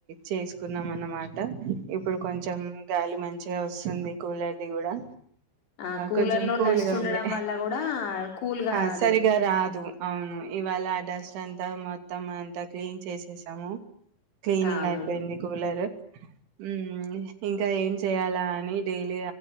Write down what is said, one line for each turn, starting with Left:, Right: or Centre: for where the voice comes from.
Right: చేసుకున్నాం అనమాట ఇప్పుడు కొంచెం గాలి మంచిగా వస్తుంది కూలర్ది కూడా
Left: ఆ కూలర్
Right: కొంచెం
Left: లో
Right: కూల్గా
Left: డస్ట్ ఉండడం
Right: ఉంది
Left: వల్ల కూడా కూల్గా
Right: ఆ
Left: రాదు
Right: సరిగా రాదు అవును ఇవాళ ఆ డస్ట్ అంతా మొత్తం అంతా క్లీన్ చేసేసాము క్లీనింగ్
Left: ఆ
Right: అయిపోయింది
Left: మేడం
Right: కూలర్ ఉమ్ ఇంకా ఏం చేయాలా అని డైలీ